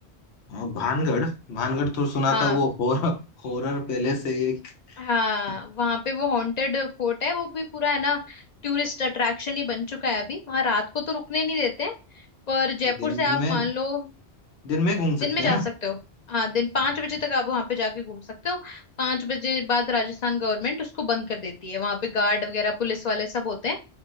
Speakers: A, on the left; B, on the left.
A: आ, भानगढ़ भानगढ़ तो सुना
B: हाँ
A: था वो हॉरर हॉरर पहले से एक
B: हाँ
A: अच्छा,
B: वहां पे वो हॉन्टेड फोर्ट है वो भी पूरा है ना टूरिस्ट अट्रैक्शन ही बन चुका है अभी वहां रात को तो रुकने नहीं देते पर जयपुर
A: दिन
B: से आप
A: में
B: मान लो
A: दिन में घूम
B: दिन
A: सकते
B: में जा
A: हैं ना
B: सकते हो हाँ दिन पांच
A: हाँ
B: बजे
A: हाँ
B: तक आप वहां पे जाके घूम सकते हो पांच बजे बाद राजस्थान गवर्नमेंट उसको बंद कर देती है वहां पे गार्ड वगैरह पुलिस वाले सब होते हैं